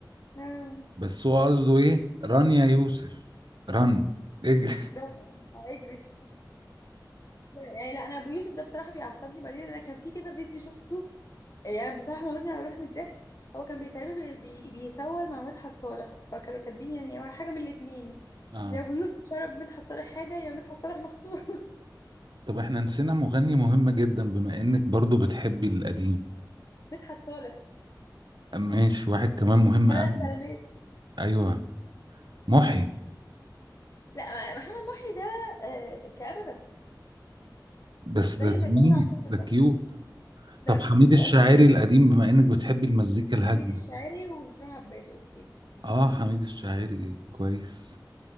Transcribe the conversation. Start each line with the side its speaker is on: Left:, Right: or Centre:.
Left: اه
Right: بس هو قصده ايه ران يا يوسف ران اجري
Left: ده اجري لا يعني لا انا ابو يوسف ده بصراحه بيعصبني بعدين انا كان في كده فيديو شفته يعني بصراحة موتني على روحي من الضحك هو كان بيتقريبا بي... بي... بيصور مع مدحت صالح فكانوا كاتبين يعني هو حاجة من الاتنين
Right: <laughs> اه
Left: يا أبو يوسف شرب مدحت صالح حاجة يا مدحت صالح مخطوب
Right: طب احنا نسينا مغني مهم جدا بما انك برضو بتحبي القديم
Left: <laughs> مدحت صالح
Right: ماشي واحد كمان مهم
Left: ثلاث
Right: قوي
Left: سلامات
Right: ايوه محي
Left: لا محمد محي ده آه، كآبة بس
Right: بس
Left: زيه
Right: ده جميل
Left: زي تامر عاشور بالظبط
Right: ده كيوت
Left: لا
Right: طب
Left: مش
Right: حميد
Left: كيوت خالص
Right: الشاعري القديم بما انك بتحبي المزيكا الهاديه
Left: حميد الشاعري وهشام عباس اوكي ماشي،
Right: اه حميد الشاعري كويس